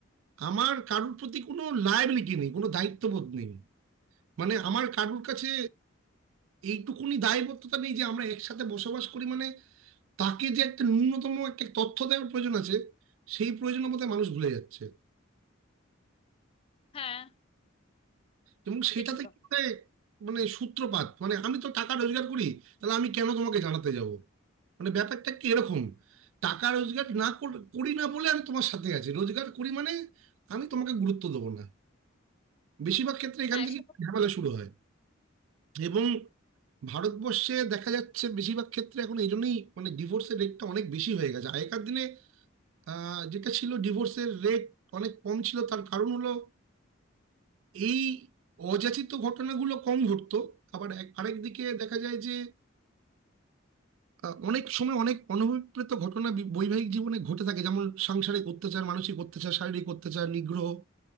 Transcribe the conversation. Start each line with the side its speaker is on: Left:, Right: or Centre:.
Right: আমার কারোর প্রতি কোনো লায়াবিলিটি নেই কোনো দায়িত্ববোধ নেই মানে আমার কারোর কাছে এইটুকুনি দায়বদ্ধতা নেই যে আমরা একসাথে বসবাস করি মানে তাকে যে একটা ন্যূনতম একটা তথ্য দেওয়ার প্রয়োজন আছে সেই প্রয়োজন বোধহয় মানুষ ভুলে যাচ্ছে
Left: হ্যাঁ
Right: এবং সেটাতে
Left: কিছুটা
Right: কি হয়, মানে সূত্রপাত মানে আমি তো টাকা রোজগার করি তাহলে আমি কেন তোমাকে জানাতে যাব মানে ব্যাপারটা কি এরকম টাকা রোজগার না কর- করি না বলে আমি তোমার সাথে আছি রোজগার করি মানে আমি তোমাকে গুরুত্ব দেবো না বেশিরভাগ ক্ষেত্রে এখান
Left: হ্যাঁ
Right: থেকে
Left: সেটা
Right: ঝামেলা
Left: ছিল
Right: শুরু হয় এবং ভারতবর্ষে দেখা যাচ্ছে বেশিরভাগ ক্ষেত্রে এখন এই জন্যই মানে ডিভোর্সের রেটটা অনেক বেশি হয়ে গেছে আগেকার দিনে আহ, যেটা ছিল ডিভোর্সের রেট অনেক কম ছিল তার কারণ হলো এই অযাচিত ঘটনাগুলো কম ঘটতো আবার এক- আরেকদিকে দেখা যায় যে আহ, অনেক সময় অনেক অনভিপ্রেত ঘটনা বি- বৈবাহিক জীবনে ঘটে থাকে যেমন সাংসারিক অত্যাচার মানসিক অত্যাচার শারীরিক অত্যাচার নিগ্রহ